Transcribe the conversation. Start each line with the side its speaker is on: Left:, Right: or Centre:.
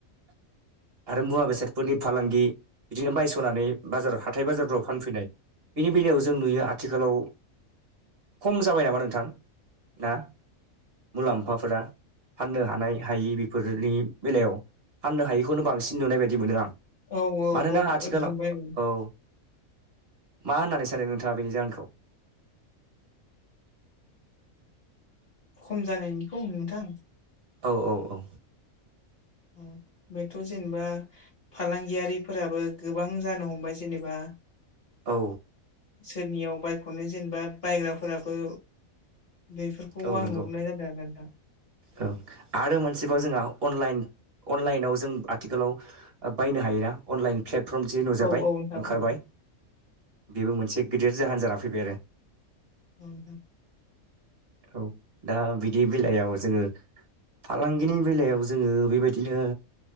Right: आरो मुवा बेसादफोरनि फालांगि बिदिनो बायस'नानै बाजाराव हाथाय बाजारफ्राव फानफैनाय बेनि बेलायाव जों नुयो आथिखालाव खम जाबाय नामा नोंथां ना। मुलाम्फाफोरा फाननो हानाय हायि बेफोरनि बेलायाव फाननो हायिखौनो बांसिन नुनाय बायदि मोनो आं।
Left: औ
Right: मानोना
Left: औ
Right: आथिखालाव
Left: औ गोबाय
Right: औ मा होननानै सानो नोंथाङा बेनि जाहोनखौ
Left: खम जानायनिखौ नोंथां?
Right: औ औ औ
Left: औ बेथ' जेनेबा। फालांगियारिफोराबो गोबां जानो हमबाय जेनेबा
Right: औ
Left: सोरनियाव बायख'नो जेनेबा बायग्राफोराबो बे खौ
Right: औ
Left: आं
Right: नंगौ
Left: नुहरनाय जादों आरो नोंथां।
Right: औ आरो मोनसेबाव जोंहा अनलाइन अनलाइनाव जों आथिखालाव बायनो हायोना? अनलाइन प्लेटफर्म जि नोजाबाय
Left: औ औ नोंथां
Right: ओंखारबाय।
Left: औ
Right: बेबो मोनसे गिदिर जाहोन जाना फैबाय आरो।
Left: औ औ
Right: औ दा बिदि बेलायाव जोङो फालांगिनि बेलायाव जोङो बेबायदिनो